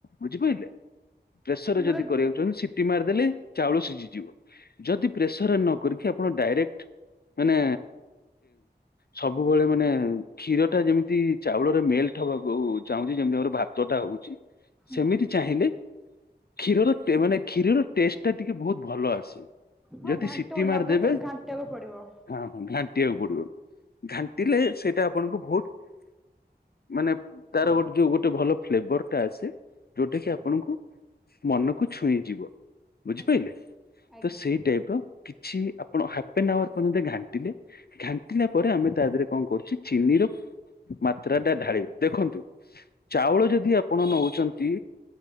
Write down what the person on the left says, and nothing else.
ବୁଝିପାରିଲେ। ପ୍ରେସର
ଯଦି କରିବାକୁଛନ୍ତି ସିଟି ମାରିଦେଲେ ଚାଉଳ ସିଝିଯିବ। ଯଦି ପ୍ରେସର ନ କରିକି ଆପଣ ଡାଇରେକ୍ଟ ମାନେ ସବୁବେଳେ ମାନେ କ୍ଷୀର ଟା ଯେମିତି ଚାଉଳରେ ମେଲଟ ହବାକୁ ଚାହୁଁଚି ଯେମତି ଆମର ଭାତଟା ହଉ ଚି
ସେମିତି ଚାହିଁଲେ କ୍ଷୀରର ଟେ ମାନେ କ୍ଷୀରର ଟେଷ୍ଟ ଟା ଟିକେ ବହୁତ ଭଲ ଆସେ।
ଯଦି
ସିଟି ମାରି
ଦେବେ
ହଁ ହ ଘାଣ୍ଟିିବାକୁ ପଡିବ। ଘାଣ୍ଟିଲେ ସେଇଟା ଆପଣଙ୍କୁ ବହୁତ ମାନେ ତାର ଗୋଟେ ଯୋଉ ଗୋଟେ ଭଲ ଫ୍ଲେବର ଟା ଆସେ ଯୋଉଟା କି ଆପଣଙ୍କୁ
ମନକୁ ଛୁଇଁ ଯିବ ବୁଝିପାରିଲେ।
ତ ସେଇ ଟାଇପ ର କିଛି ଆପଣ ହାଫ ଆ ଆୱାର ପର୍ଯ୍ୟନ୍ତ ଘାଣ୍ଟିଲେ ଘାଣ୍ଟିଲା ପରେ ଆମେ ତା ଦେହରେ କଣ କରୁଚି ଚିନି ର ମାତ୍ରା ଟା ଢାଳିବ। ଦେଖନ୍ତୁ ଚାଉଳ ଯଦି ଆପଣ ନଉଚନ୍ତି।